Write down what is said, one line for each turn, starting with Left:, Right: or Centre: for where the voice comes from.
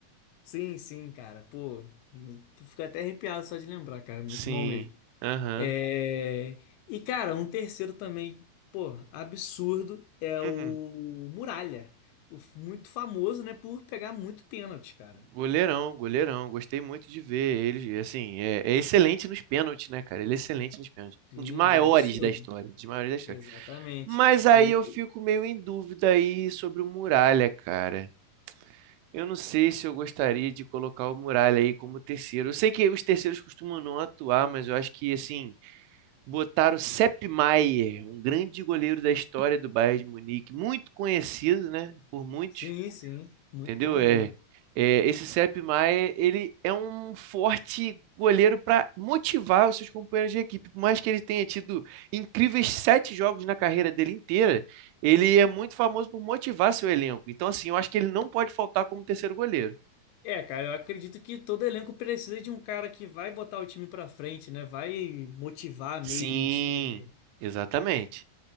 Left: Sim, sim, cara. Pô, tu fica até arrepiado só de lembrar, cara. Muito
Right: Sim.
Left: bom mesmo.
Right: Aham.
Left: É... E, cara, um terceiro também, pô, absurdo, é o
Right: Uhum.
Left: Muralha. O f- Muito famoso, né, por pegar muito pênalti, cara.
Right: Goleirão, goleirão. Gostei muito de ver ele. Assim, é, é excelente nos pênaltis, né, cara? Ele é excelente nos pênaltis.
Left: Sim,
Right: Um dos maiores
Left: absurdo.
Right: da história, um dos maiores da história.
Left: Exatamente.
Right: Mas aí
Left: Ele,
Right: eu fico meio em dúvida aí sobre o Muralha, cara. Eu não sei se eu gostaria de colocar o Muralha aí como terceiro. Eu sei que os terceiros costumam não atuar, mas eu acho que, assim, botar o Sepp Maier, um grande goleiro da história do Bayern de Munique, muito conhecido, né, por muitos,
Left: sim, sim, muito
Right: entendeu?
Left: bom
Right: É,
Left: mesmo.
Right: é, esse Sepp Maier, ele é um forte goleiro para motivar os seus companheiros de equipe. Por mais que ele tenha tido incríveis sete jogos na carreira dele inteira, ele é muito famoso por motivar seu elenco. Então, assim, eu acho que ele não pode faltar como terceiro goleiro.
Left: É, cara, eu acredito que todo elenco precisa de um cara que vai botar o time pra frente, né? Vai motivar
Right: Sim,
Left: mesmo o time dele.
Right: exatamente.